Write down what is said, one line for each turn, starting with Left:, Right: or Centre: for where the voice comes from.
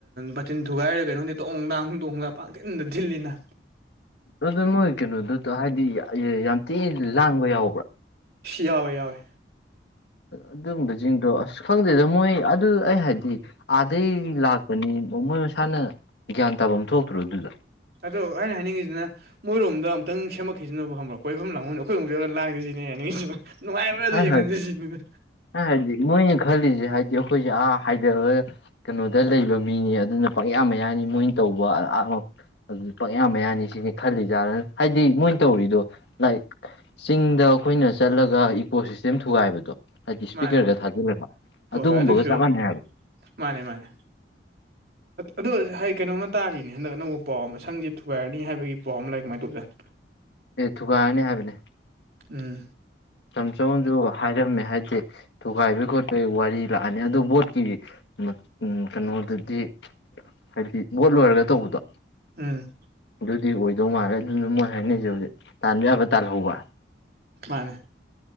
Right: ꯕꯇꯤꯟ ꯊꯨꯒꯥꯏꯔ ꯀꯩꯅꯣ ꯈꯪꯗꯦ ꯗꯣꯡ ꯗꯥꯡ ꯗꯣꯡ ꯗꯥꯡ ꯄꯪꯊꯤꯟꯗ ꯊꯤꯜꯂꯤꯅ꯫
Left: ꯑꯗꯨ ꯅꯣꯏ ꯀꯩꯅꯣꯗꯨꯗ ꯍꯥꯏꯗꯤ ꯃꯌꯥꯝ ꯌꯥꯝ ꯊꯤꯅ ꯂꯥꯡꯕ ꯌꯥꯎꯕ꯭ꯔꯥ?
Right: ꯌꯥꯎꯋꯦ ꯌꯥꯎꯋꯦ꯫
Left: ꯑꯗꯨꯝꯕꯁꯤꯡꯗꯣ ꯑꯁ ꯈꯪꯗꯦꯗ ꯃꯣꯏ ꯑꯗꯨ ꯑꯩ ꯍꯥꯏꯗꯤ ꯑꯥꯗꯩ ꯂꯥꯛꯄꯅꯤ ꯃꯣꯏ ꯃꯁꯥꯅ ꯒ꯭ꯌꯥꯟ ꯇꯥꯕꯝ ꯊꯣꯛꯇ꯭ꯔꯣ ꯑꯗꯨꯗꯣ
Right: ꯑꯗꯣ ꯑꯩꯅ ꯍꯥꯏꯅꯤꯡꯉꯤꯖꯤꯅ ꯃꯣꯏꯔꯣꯝꯗ ꯑꯝꯇꯪ ꯁꯦꯝꯃꯛꯈꯤꯖꯅꯣꯕ ꯀꯣꯏꯐꯝ ꯂꯥꯡꯕꯝ ꯑꯩꯈꯣꯏ ꯑꯃꯨꯛ ꯆꯠꯂ ꯂꯥꯡꯖꯤꯁꯤꯅꯦ ꯑꯩ ꯍꯥꯏꯅꯤꯡꯉꯤꯁꯤꯅ ꯫ ꯅꯨꯡꯉꯥꯏꯕ꯭ꯔꯥ
Left: ꯑꯩ
Right: ꯑꯗꯨ
Left: ꯍꯥꯏ
Right: ꯌꯦꯡꯍꯟꯗꯦ ꯁꯤꯅꯤꯗ
Left: ꯍꯥꯏꯗꯤ ꯃꯣꯏꯅ ꯈꯜꯂꯤꯁꯦ ꯍꯥꯏꯗꯤ ꯑꯩꯈꯣꯏꯁꯦ ꯑꯥ ꯍꯥꯏꯗꯕ ꯀꯩꯅꯣꯗ ꯂꯩꯕ ꯃꯤꯅꯤ ꯑꯗꯨꯅ ꯄꯪꯌꯥ ꯃꯌꯥꯅꯤ ꯃꯣꯏꯅ ꯇꯧꯕ ꯑꯥ ꯑꯗꯨ ꯄꯪꯌꯥ ꯃꯌꯥꯅꯤ ꯁꯤꯅꯤ ꯈꯜꯂꯤꯖꯥꯠꯅ ꯍꯥꯏꯗꯤ ꯃꯣꯏꯅ ꯇꯧꯔꯤꯗꯣ ꯂꯥꯏꯛ ꯆꯤꯡꯗ ꯑꯈꯣꯏꯅ ꯆꯠꯂꯒ ꯏꯀꯣ ꯁꯤꯁꯇꯦꯝ ꯊꯨꯒꯥꯏꯕꯗꯣ ꯍꯥꯏꯗꯤ ꯏꯁꯄꯤꯀꯔꯒ
Right: ꯃꯥꯅꯦ ꯃꯥꯅꯦ
Left: ꯊꯥꯖꯤꯜꯂꯕ
Right: ꯍꯣꯏ
Left: ꯑꯗꯨꯒꯨꯝꯕꯒ
Right: ꯍꯣꯏ ꯑꯗꯨꯒꯤ ꯐꯤꯕꯝꯅꯦ
Left: ꯆꯞ ꯃꯥꯟꯅꯩ ꯍꯥꯏꯕ꯫
Right: ꯃꯥꯅꯦ ꯃꯥꯅꯦ꯫ ꯑꯗꯣ ꯍꯥꯏ ꯀꯩꯅꯣꯝꯃ ꯇꯥꯔꯤꯅꯤ ꯍꯟꯗꯛ ꯑꯅꯧꯕ ꯄꯥꯎ ꯑꯃ ꯁꯪꯖꯦ ꯊꯨꯒꯥꯏꯔꯅꯤ ꯍꯥꯏꯕꯒꯤ ꯄꯥꯎ ꯑꯃ ꯂꯩ ꯀꯃꯥꯏ ꯇꯧꯕꯖꯥꯠ
Left: ꯑꯦ ꯊꯨꯒꯥꯏꯔꯅꯤ ꯍꯥꯏꯕꯅꯦ꯫
Right: ꯎꯝ
Left: ꯇꯝꯆꯧꯅꯁꯨ ꯍꯥꯏꯔꯝꯃꯦ ꯍꯥꯏꯗꯤ ꯊꯨꯒꯥꯏꯕꯩ ꯈꯣꯠꯄꯒꯤ ꯋꯥꯔꯤ ꯂꯥꯛꯑꯅꯤ ꯑꯗꯨ ꯕꯣꯠꯀꯤ ꯎꯝ ꯀꯩꯅꯣꯗꯗꯤ ꯍꯥꯏꯗꯤ ꯚꯣꯠ ꯂꯣꯏꯔꯒ ꯇꯧꯕꯗꯣ
Right: ꯎꯝ
Left: ꯑꯗꯨꯗꯤ ꯑꯣꯏꯗꯧ ꯃꯥꯜꯂꯦ ꯑꯗꯨꯅ ꯃꯣꯏ ꯍꯥꯏꯅꯩꯖꯦ ꯍꯧꯖꯤꯛ ꯇꯥꯟꯕ ꯌꯥꯕ ꯇꯥꯜꯍꯧꯕ꯫
Right: ꯃꯥꯅꯦ